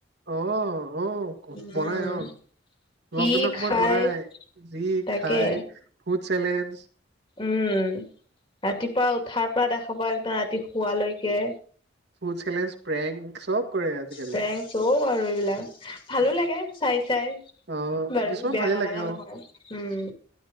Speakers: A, on the right; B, on the left.
A: অ', অ',
B: উম,
A: বনাই অ', লকডাউনৰ
B: কি
A: সময়ত
B: খাই
A: বনাই যি
B: তাকে
A: খাই ফুড চেলেঞ্জ।
B: উম, ৰাতিপুৱা উঠাৰ পৰা দেখাব একদম ৰাতি শুৱালৈকে।
A: ফুড চেলেঞ্জ, প্ৰেঙ্ক চব কৰে আজি-কালি।
B: প্ৰেং চব আৰু এইবিলাক। ভালো লাগে চাই-চাই।
A: অ',
B: বাৰু
A: কিছুমান
B: বেয়া
A: ভালে
B: নালাগা
A: লাগে অ',
B: নহয়। উম,